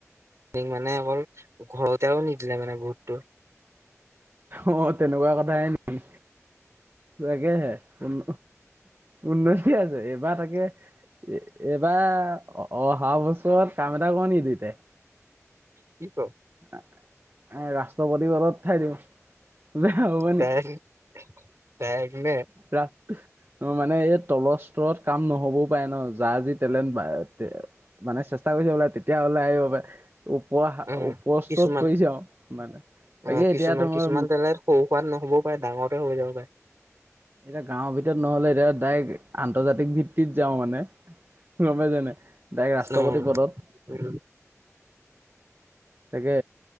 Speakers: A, on the right; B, on the right.
A: ক মানে অকল ঘৰতেও নিদিলে মানে ভোটটো।
B: অ' তেনেকুৱা কথাই নেকি? তাকেহে উন, উন্নতি আছে এইবাৰ তাকে এইবাৰ অহা বছৰত কাম এটা কৰোঁ নেকি দুইতাই?
A: কি ক'ৰ?
B: এ ৰাষ্ট্ৰপতি পদত উঠাই দিওঁ হব
A: ডাইৰেক্ট
B: নি?
A: ডাইৰেক্ট নে
B: ৰা, মানে এই তলৰ স্তৰত কাম নহ'বও পাৰে ন' যাৰ যি টেলেণ্ট বা- মানে চেষ্টা কৰি থাকিব লাগে তেতিয়া ওলাই আহিব পাৰে। উপ, ওপৰস্তৰত
A: উম কিছুমান
B: কৰিছে আও মানে তাকে
A: অ
B: এতিয়া
A: কিছুমান,
B: তোমাৰ
A: কিছুমান তেলেত সৰু-সুৰাত নহবও পাৰে ডাঙৰতে হৈ যাব পাৰে।
B: এতিয়া গাঁৱৰ ভিতৰত নহ'লে, এতিয়া ডাইৰেক্ আন্তৰ্জাতিক ভিত্তিত যাওঁ মানে। গম পাই'ছ নাই? ডাইৰেক ৰাষ্ট্ৰপতি
A: অ
B: পদত।
A: উম
B: তাকে